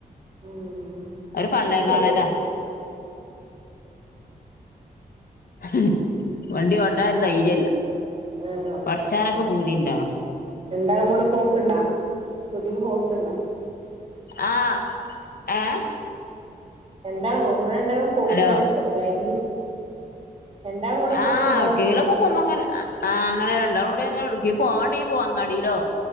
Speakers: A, on the right (about 35°); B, on the left (about 70°).
A: ഉം
B: ഒരു പള്ളേ
A: അത് ശരിയാ
B: ക്കാളല. ഉം വണ്ടി ഓട്ടാൻ ഒരു ധൈര്യല്ല
A: ആഹ്
B: പഠിച്ചാനൊക്കെ പൂതിണ്ടണ.
A: രണ്ടാളും കൂടെ പോക്കണ്ടാ സ്കുട്ടിമ്മേ പോക്കണ്ടാ?
B: ആഹ് ഏഹ്
A: രണ്ടാ ഇങ്ങള് രണ്ടാളും പോക്കണ
B: ഹലോ
A: ആച്ച <unintelligible> ബാക്കില് രണ്ടാളും കൂടെ പോക്ക്ണ്ടാ
B: ആഹ് ആർക്കേങ്കിലൊക്ക
A: ചോയി
B: <unintelligible> പോവുമ്പോ അങ്ങന ആ അങ്ങനെ രണ്ടാളുംകൂടി അങ്ങനെ എടുക്കി പോവണേ പോവാ അങ്ങാടിയിലോ.